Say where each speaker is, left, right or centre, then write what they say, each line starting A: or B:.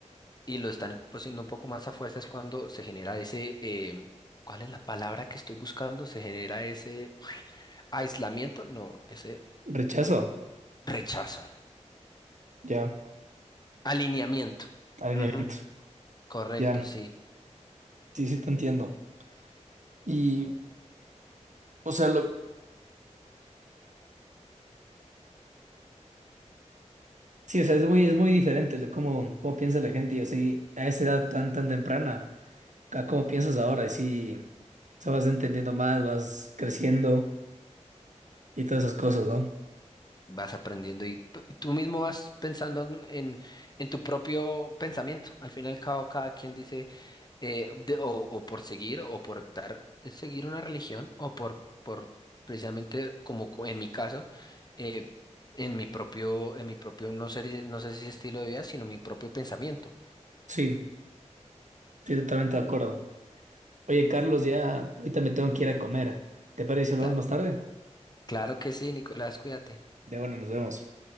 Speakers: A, on the left; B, on the right.
A: y lo están imponiendo un poco más a fuerza, es cuando se genera ese, eh, ¿cuál es la palabra que estoy buscando? Se genera ese aislamiento, no, ese
B: Rechazo,
A: rechazo,
B: ya,
A: alineamiento.
B: alineamiento,
A: Ujú, correcto,
B: ya,
A: sí.
B: sí, sí te entiendo. Y, o sea, lo, sí, o sea, es muy, es muy diferente lo- cómo, cómo piensa la gente, y así, a esa edad tan, tan temprana, a cómo piensas ahora, y sí, o sea, vas entendiendo más, vas creciendo y todas esas cosas, ¿no?
A: Vas aprendiendo y, p- y tú mismo vas pensando en, en en tu propio pensamiento. Al fin y al cabo, cada quien dice... eh, de- o, o por seguir o por optar eh, seguir una religión o por, por precisamente como co- en mi caso eh, en mi propio en mi propio no sé no sé si estilo de vida sino mi propio pensamiento.
B: Sí, estoy totalmente de acuerdo. Oye, Carlos, ya, ahorita me tengo que ir a comer. ¿Te parece si hablamos
A: Da-
B: más tarde?
A: Claro que sí, Nicolás, cuídate.
B: De bueno, nos vemos.